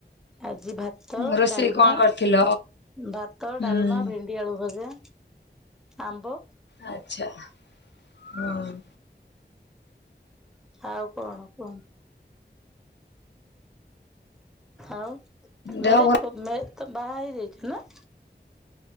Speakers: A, in the centre; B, on the left.
A: ଆଜି ଭାତ
B: ରୋଷେଇ
A: ଡାଲମା
B: କଣ କରିଥିଲ?
A: ଭାତ
B: ହୁଁ
A: ଡାଲମା ଭେ ଣ୍ଡି ଆଳୁ ଭଜା ଆମ୍ବ
B: ଆଚ୍ଛା ହୁଁ।
A: ଆଉ କଣ କୁହ? ଆଉ
B: ଦେହ
A: ମ୍ୟାରେଜ
B: ଭଲ
A: <unintelligible> ତ ବାହା ହେଇଯାଇଛ ନା?